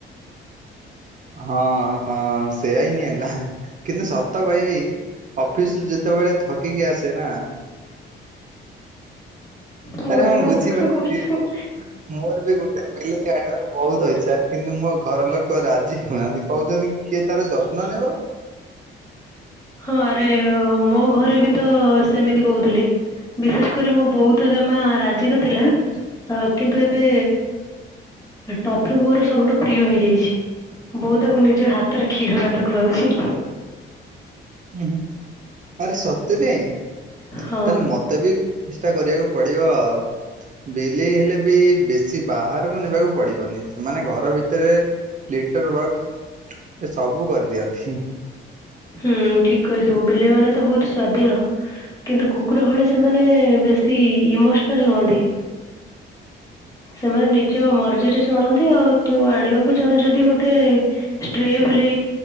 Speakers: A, on the right (about 40°); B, on the left (about 15°).
A: ହଁ ହଁ ସେୟା ହିଁ ହେଲା କିନ୍ତୁ ସତ କହିବି ଅଫିସ ରୁ ଯେତେବେଳେ ଥକିକି ଆସେ ନା
B: ମୋରି
A: ଆରେ ମୁଁ ବୁଝିପାରୁଛି
B: ମତେ କଣ କରୁଛୁ?
A: ମୋର ବି ଗୋଟେ ବିଲେଇ ଆଣିବାକୁ ବହୁତ ଇଚ୍ଛା। କିନ୍ତୁ ମୋ ଘର ଲୋକ ରାଜି ହଉନାହାନ୍ତି କହୁଛନ୍ତି କିଏ ତାର ଯତ୍ନ ନେବ
B: ହଁ ଆରେ ମୋ ଘରେ ବି ତ ସେମିତି କହୁଥିଲି ବିଶେଷ କରି ମୋ ବହୁତ ଜମା ରାଜି ନଥିଲା କିନ୍ତୁ ଏବେ ଟଫି ବୋଉ ର ସବୁଠୁ ପ୍ରିୟ ହେଇଯାଇଛି। ବୋ ତାକୁ ନିଜ ହାତରେ କ୍ଷୀର ଭାତ ଖୁଆଉଛି
A: ହୁଁ ହୁଁ ଆରେ ସତରେ ତାହେଲେ
B: ହଁ
A: ମତେ ବି ଚଷ୍ଟା କରିବାକୁ ପଡିବ ଆଉ। ବିଲେଇ ହେଲେ ବି ବେଶୀ ବାହାରକୁ ନେବାକୁ ପଡିବନି ସେମାନେ ଘର ଭିତରେ ଲିଟର ବକ୍ ଏ ସବୁ କରିଦିଅନ୍ତି।
B: ହୁଁ ଠିକ କହିଥିବୁ ବିଲେଇ ମାନେ ତ ବହୁତ ସ୍ଵାଧୀନ। କିନ୍ତୁ କୁକୁର ଭଳି ସେମାନେ ବେଶୀ ଇମୋସନାଲ ନୁହନ୍ତି। ସେମାନେ ନିଜ ମର୍ଜିରେ ଚଳନ୍ତି ଆଉ ତୁ ଆଣିବାକୁ ଚାହୁଁଚୂ ଯଦି ଗୋଟେ ଷ୍ଟ୍ରେ ପ୍ଲି